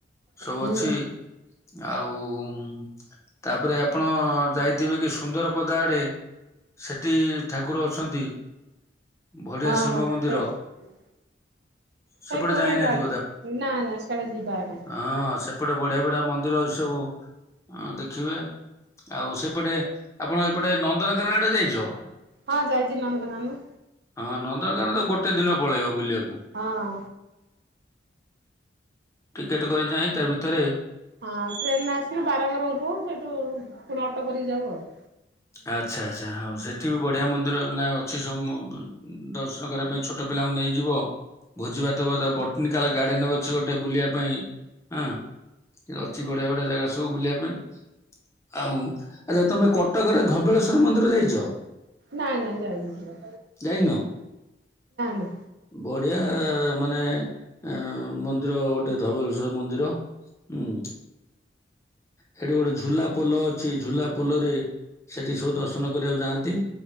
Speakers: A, on the left; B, on the right.
A: ସବୁ
B: ହୁଁ
A: ଅଛି ଆଉ ଉମ୍ ତାପରେ ଆପଣ ଯାଇଥିବେ କି ସୁନ୍ଦର ପଦା ଆଡ଼େ? ସେଠି ଠାକୁର ଅଛନ୍ତି। ବଢିଆ
B: ହଁ
A: ଶିବ ମନ୍ଦିର
B: ହେଇଚି।
A: ସେପଟେ
B: ହେଇଥିବ
A: ଯାଇନାହାନ୍ତି
B: ମୁଁ ଜାଣିନି ନା ନା ସିଆଡ଼େ ଯିବା ନାଇଁ।
A: ଅଁ ସେପଟେ ବଢ଼ିଆ ବଢ଼ିଆ ମନ୍ଦିର ଅଛି ସବୁ। ଅଁ ଦେଖିବେ ଆଉ ସେପଟେ ଆପଣ ଏପଟେ ନନ୍ଦନକାନ ଆଡ଼େ ଯାଇଚ?
B: ହଁ ଯାଇଚି ନନ୍ଦନକାନ।
A: ହଁ ନନ୍ଦନକାନ ତ ଗୋଟେ ଦିନ ପଳେଇବ ବୁଲିବାକୁ।
B: ହଁ।
A: ଟିକେଟ କରି ଯାଇଁ ତା ଭିତରେ
B: ହଁ ଟ୍ରେନରେ ଆସିକି ବାରଙ୍ଗରେ ଓଲ୍ହୋଉ ସେଇଠୁ ପୁଣି ଅଟୋ କରିକି ଯାଉ ଆଉ।
A: ଆଚ୍ଛା ଆଚ୍ଛା ହଁ ସେଠି ବି ବଢ଼ିଆ ମନ୍ଦିର ନା ଅଛି ସ ମ ଦର୍ଶନ କରିବା ପାଇଁ ଛୋଟ ପିଲାଙ୍କୁ ନେଇ। ଯିବ ଭୋଜି ବାତବ ବଟାନିକାଲ ଗାର୍ଡେନେ ଅଛି ଗୋଟେ ବୁଲିବା ପାଇଁ ଆଁ। ଅଛି ବଢ଼ିଆ ବଢ଼ିଆ ଜାଗା ସବୁ ବୁଲିବା ପାଇଁ ଆଉ ଆଛ ତମେ କ କରେ ଧବଳେଶ୍ଵର ମନ୍ଦିର ଯାଇଛ?
B: ନାଇଁ ନାଇଁ ଯାଇନି ସିଆ
A: ଯାଇନୁ
B: ନା
A: ବଢ଼ିଆ ମାନେ ଆଁ ମନ୍ଦିର ଗୋଟେ ଧବେଳେଶ୍ଵର ମନ୍ଦିର ଉଁ। ହେଟି ଗୋଟେ ଝୁଲା ପୋଲ ଅ ଛି ଝୁଲା ପୋଲରେ ସେଠି ସବୁ ଦର୍ଶନ କରିବାକୁ ଯାଆନ୍ତି